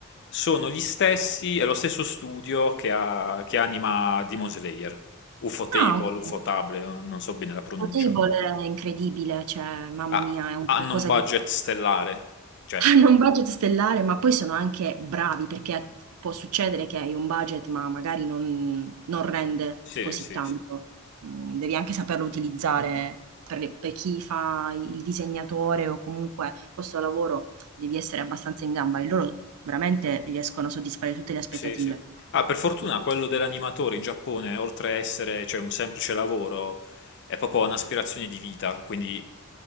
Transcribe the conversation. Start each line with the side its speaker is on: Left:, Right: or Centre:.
Left: sono gli stessi, è lo stesso studio che, ha- che anima Demon Slayer, UFO Table,
Right: Ah, okay.
Left: UFO Table, non so bene la pronuncia.
Right: Potable è incredibile, cioè mamma
Left: Ah,
Right: mia, è un
Left: hanno
Right: qualcosa
Left: un budget
Right: di pazzesco.
Left: stellare, cioè,
Right: <laughs> Hanno un budget stellare, ma poi sono anche bravi, perché può succedere che hai un budget, ma magari non non rende
Left: sì,
Right: così
Left: sì,
Right: tanto.
Left: sì.
Right: Mhmm, devi anche saperlo utilizzare per le per chi fa il disegnatore o comunque questo lavoro devi essere abbastanza in gamba e loro veramente riescono a soddisfare tutte le aspettative.
Left: Sì, sì. Ah, per fortuna quello dell'animatore in Giappone, oltre a essere, cioè, un semplice lavoro, è proprio un'aspirazione di vita. Quindi,